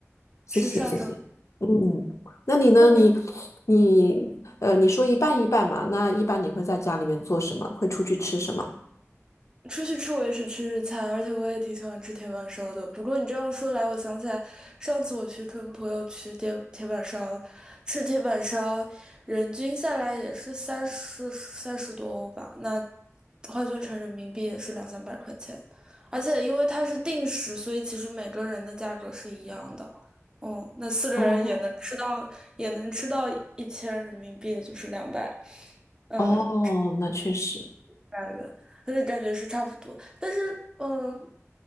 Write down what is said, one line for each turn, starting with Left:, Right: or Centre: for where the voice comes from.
Left: 谢谢，
Right: 是上周。
Left: 谢谢。嗯，那你呢？
Right: 那你
Left: 你你呃，你说一半一半嘛？那一般你会在家里面做什么？会出去吃什么？
Right: 出去吃我也是吃日餐，而且我也挺喜欢吃铁板烧的。不过你这样说来，我想起来上次我去跟朋友去铁铁板烧吃铁板烧，人均下来也是三十三十多欧吧，那换算成人民币也是两三百块钱。而且因为它是定时，所以其实每个人的价格是一样的。嗯，那四个人也能吃到，
Left: 哦
Right: 也能吃到一千人民币，也就是两百。嗯。
Left: 哦，那确实。
Right: 感觉，而且感觉是差不多。但是，嗯、